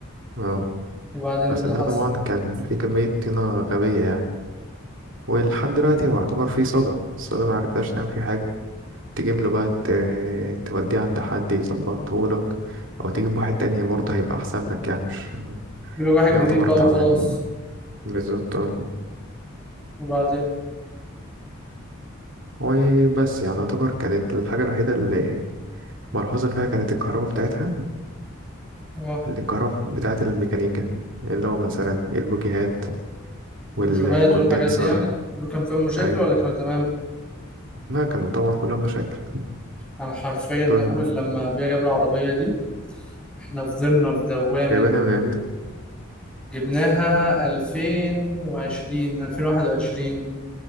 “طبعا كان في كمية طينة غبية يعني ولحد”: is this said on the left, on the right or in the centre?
Right